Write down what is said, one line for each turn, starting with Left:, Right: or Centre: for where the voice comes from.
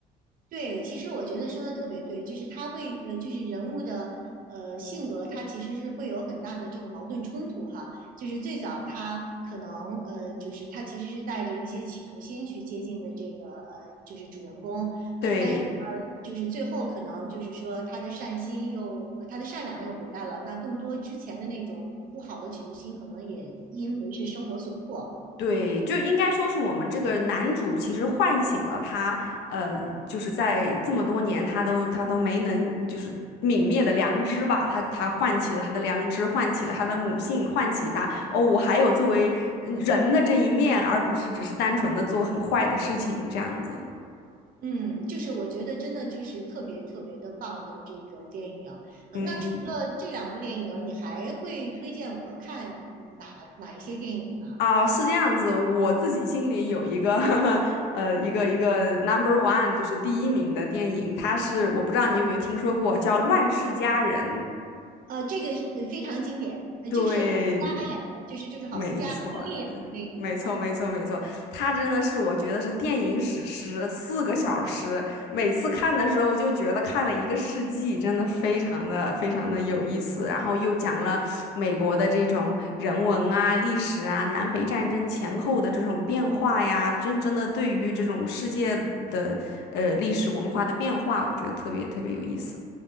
Right: 对，其实我觉得说的特别对，就是他会呃，就是人物的呃性格，他其实是会有很大的这个矛盾冲突哈。就是最早他可能呃，就是他其实是带着一些企图心去接近的这个呃，就是主人公呃，
Left: 对。
Right: 但是呃，就是最后可能就是说他的善心又呃他的善良又回来了，那更多之前的那种不好的企图心，可能也因为是生活所迫。
Left: 对，就应该说是我们这个男主其实唤醒了他，呃，就是在这么多年他都他都没能就是泯灭的良知吧，他他唤起了他的良知，唤起了他的母性，唤起他哦，我还有作为呃人的这一面，而不是只是单纯的做很坏的事情这样子。
Right: 嗯，就是我觉得真的就是特别特别的棒的这个电影。呃，
Left: 嗯
Right: 那除了这两部电影，你还会推荐我看嗯哪哪一些电影呢？
Left: 啊，是这样子，我自己心里有一个 <laughs> 呃一个一个 number one 就是第一名的电影，它是我不知道你有没有听说过叫《乱世佳人》。
Right: 呃，这个呃非常经典，呃，
Left: 对，
Right: 就是郝思嘉演的，就是就是郝思嘉陈丽演的那个，
Left: 没错的，没错，
Right: 对吗？
Left: 没错，没错。它真的是我觉得是电影史诗，四个小时，每次看的时候就觉得看了一个世纪，真的非常的非常的有意思。然后又讲了美国的这种人文啊、历史啊、南北战争前后的这种变化呀，真真的对于这种世界的呃历史文化的变化，我觉得特别特别有意思。